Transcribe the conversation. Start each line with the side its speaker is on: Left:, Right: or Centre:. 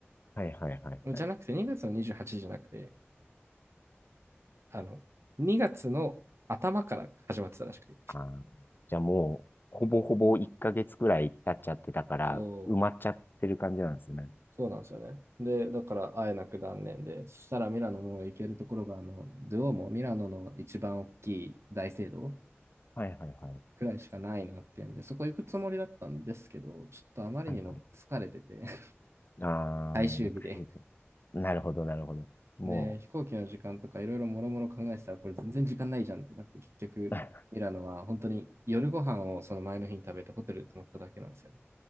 Left: はいはいはいはい。
Right: よ。じゃなくて2月の28日じゃなくて、あの、2月の頭から始まってたらしくて。
Left: ああ、じゃあもう、ほぼほぼ1ヶ月くらい経っちゃってたから、
Right: そう、
Left: 埋まっちゃってる感じなんですね。
Right: そうなんですよね。で、だから会えなく断念で、そしたらミラノも行けるところが、あの、ドゥオもミラノの一番大きい大聖堂
Left: はいはいはい。
Right: くらいしかないなっていうんで、そこ行くつもりだったんですけど、ちょっとあまりにも疲れてて、
Left: はいはい。
Right: <laughs>
Left: ああ、
Right: 最終日で
Left: まあ、海外。なるほど、なるほど。も
Right: で、飛行機の時間とかいろいろもろもろ考えてたら、これ全然時間ないじゃんってなって、結局、
Left: う、<laughs>
Right: ミラノは本当に夜ご飯をその前の日に食べてホテルで泊まっただけなんですよね。